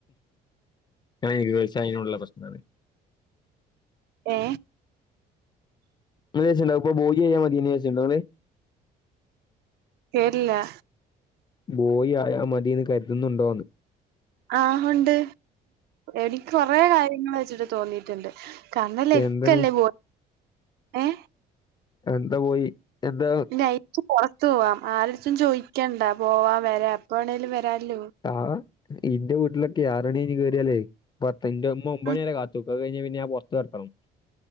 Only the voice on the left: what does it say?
കഇരുപത് വയസ്സായതിന്റെ പ്രശ്നാണ്
നിങ്ങള് വിചാരിച്ചുണ്ടാവും ഇപ്പോ ബോയിയായ മതിന്ന് വിചാരിച്ചിട്ടുണ്ടോ നിങ്ങള്
ബോയി ആയ മതിന്ന് കരുതുന്നുണ്ടോ എന്ന്
എന്താണ്
എന്താ പോയി എന്താ
ആ ഇന്റെ വീട്ടിലൊക്കെ ആറ് മണികഴിഞ്ഞ് കേറി യാലേ ഇപ്പ എന്റെ ഉമ്മ ഒമ്പണി
വരെ കാത്ത് നികൂ അത് കഴിഞ്ഞ പിന്നെ ഞാൻ പുറത് കിടക്കണം